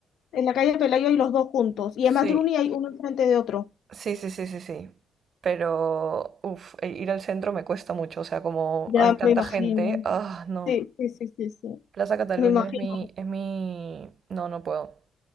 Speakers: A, on the left (about 70°); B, on the right (about 55°).
A: En la calle Pelayo hay los dos juntos. Y además
B: Sí,
A: Druni hay uno enfrente de otro.
B: Sí, sí, sí, sí, sí. Pero, uff, ir al centro me cuesta mucho. O sea, como
A: Ya
B: hay tanta
A: me imagino.
B: gente, ah, no.
A: Sí, sí, sí, sí, sí.
B: Plaza Cataluña
A: Me imagino.
B: es mi, es mi... No, no puedo.